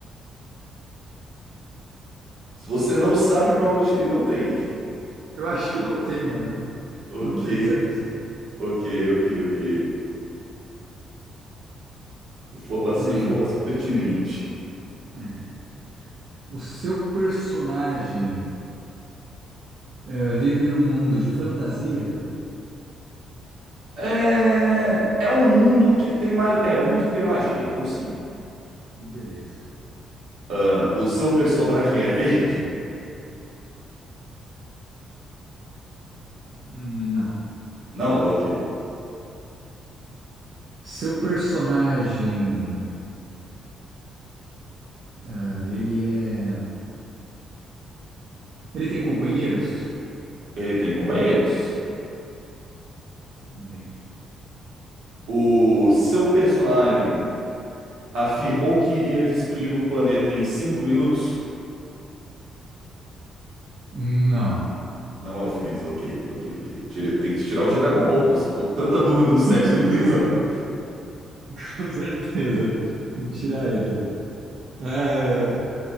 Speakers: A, on the right; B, on the right.
A: Se você não sabe, provavelmente ele não tem.
B: Eu acho que não tem, mano.
A: Ok,
B: Não tem sexo.
A: ok, ok, ok. Informação,
B: Nem.
A: informação pertinente.
B: é. O seu personagem é, vive num mundo de fantasia?
A: É, é um mundo que tem magia. É um mundo que tem magia, então sim.
B: Beleza.
A: Ah, o seu personagem é verde?
B: Não.
A: Não, ok.
B: Seu personagem, ah, ele é. Ele tem companheiros?
A: Ele tem companheiros.
B: Bem.
A: O seu personagem afirmou que iria destruir um planeta em 5 minutos?
B: Não.
A: Não é o Freeza, ok, ok, ok. Tire- Tem que tirar os de Dragon Ball, pô. Você ficou com tanta dúvida no sexo
B: <laughs>
A: do Freeza, pô.
B: Com certeza. Tem que tirar ele. É,